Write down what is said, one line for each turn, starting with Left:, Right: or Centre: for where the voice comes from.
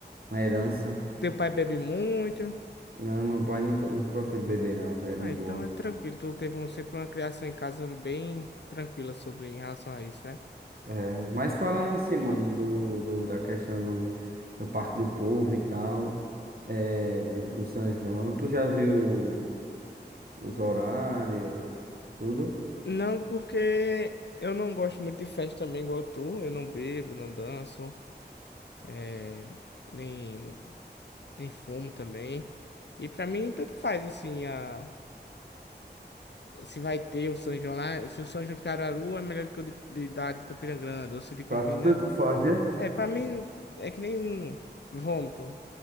Right: uma herança.
Left: teu pai bebe muito.
Right: Não, meu pai nunca, nunca foi de beber, não. É de
Left: Ah,
Right: boa.
Left: então é tranquilo. Tu teve um, sempre uma criação em casa bem tranquila sobre em relação a isso, né?
Right: É, mas falando assim, mano, do, do, da questão do, do Parque do Povo e tal, é, do, do São João, tu já viu os horários, tudo?
Left: Não, porque eu não gosto muito de festa também, igual tu. Eu não bebo, não danço, é, nem, nem fumo também. E pra mim, tanto faz, assim, a se vai ter o São João lá, se o São João de Caruaru é melhor que o de, de, da, de Campina Grande, ou se de Campina.
Right: Pra tu tanto faz, né?
Left: É, pra mim é que nem vômito.